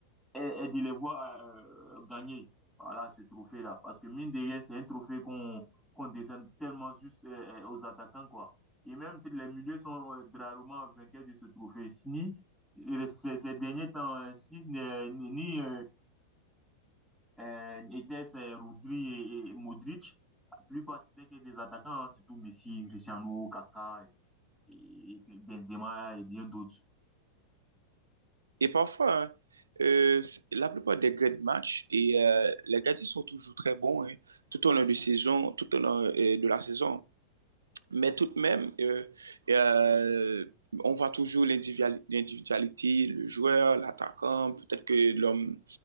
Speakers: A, in the centre; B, on the right.
A: et, et de les voir euh, gagner voilà, ce trophée-là. Parce que mine de rien, c'est un trophée qu'on qu'on décerne tellement juste euh, euh, aux attaquants, quoi. Et même les milieux sont euh, rarement vainqueurs de ce trophée. ni euh, ces, ces derniers temps, ni Sini, euh, ni euh, euh, était c'est Rodri et, et Modric. La plupart, c'était que des attaquants, hein, surtout Messi, Cristiano, Kaka, et- et Benzema et bien d'autres.
B: Et parfois, hein, euh, c- la plupart des grands matchs, et euh, les gardiens sont toujours très bons hein, tout au long de saison, tout au long euh, de la saison. Mais tout de même, euh, euh, on voit toujours l'individuali- l'individualité, le joueur, l'attaquant, peut-être que l'homme